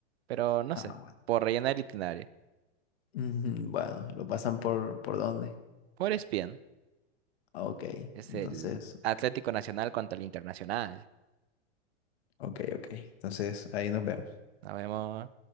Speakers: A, on the right; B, on the left.
A: Pero no
B: Ah,
A: sé,
B: bueno.
A: por rellenar el itinerario.
B: Ujú, Bueno, ¿lo pasan por, por dónde?
A: Por ESPN
B: Ok,
A: es
B: entonces,
A: el Atlético Nacional contra el Internacional.
B: ok, ok. Entonces, ahí nos vemos.
A: Nos vemos.